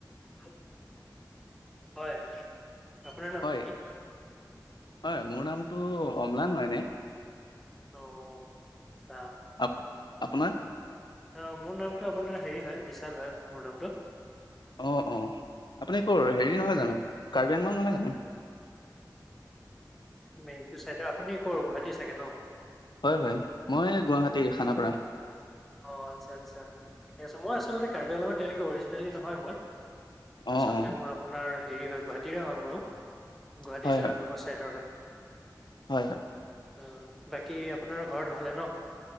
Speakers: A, in the centre; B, on the left.
A: Hello, হয়। আপোনাৰ নামটো
B: হয়
A: কি?
B: হয় মোৰ নামটো অমলান হয় এনেই।
A: অ। চা
B: আপ আপোনাৰ?
A: অ, মোৰ নামটো আপোনাৰ হেৰি হয় বিশাল হয় মোৰ নামটো।
B: অ', অ। আপুনি কৰ হেৰি নহয় জানো কাৰ্বি আংগল নহয় জানো?
A: মটো চাইডৰ, আপুনি কৰ? গুৱাহাটী চাগে ন?
B: হয় হয় মই গুৱাহাটী খানাপাৰা
A: অ, আচ্ছা আচ্ছা, ঠিক আছে। মই আচলতে কাৰ্বি আংত তেনেকে অৰি নলী নহয় মই।
B: অঁ
A: আচলতে
B: অঁ
A: মই আপোনাৰ। হেৰি হয়, গুৱাহাটীৰে হয় মোৰো। গুৱাহাটী
B: হয়
A: যহানগৰ
B: হয়
A: ছাইদৰ হয়
B: হয় হয়।
A: অঁ বাকী আপোনাৰ ঘৰত ভালে ন।